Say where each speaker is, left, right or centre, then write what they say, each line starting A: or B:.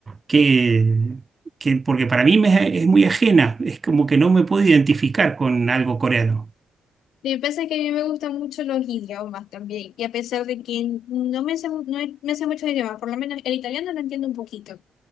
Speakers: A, on the right; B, on the left.
A: qué, qué- porque para mí me, es muy ajena, es como que no me puedo identificar con algo coreano.
B: Yo pensé que a mí me gustan mucho los idiomas también, y a pesar de que no me sé, mu- no me sé muchos idiomas, por lo menos el italiano lo entiendo un poquito.